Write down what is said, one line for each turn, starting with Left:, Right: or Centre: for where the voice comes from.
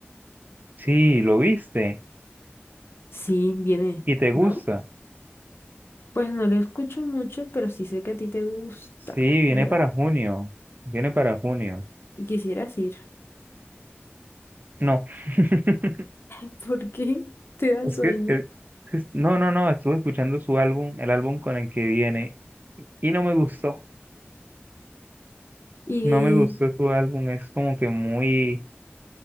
Right: Sí, lo viste
Left: Sí, viene,
Right: y te gusta.
Left: ¿no? Pues no lo escucho mucho, pero sí sé que a ti te gusta,
Right: Sí, viene
Left: creo.
Right: para junio. Viene para junio.
Left: Y quisieras ir,
Right: No, <laughs>
Left: <laughs> porque te da
Right: es
Left: sueño.
Right: que, eh, es- no, no, no, estuve escuchando su álbum, el álbum con el que viene, y no me gustó.
Left: Y
Right: No me gustó su álbum, es como que muy,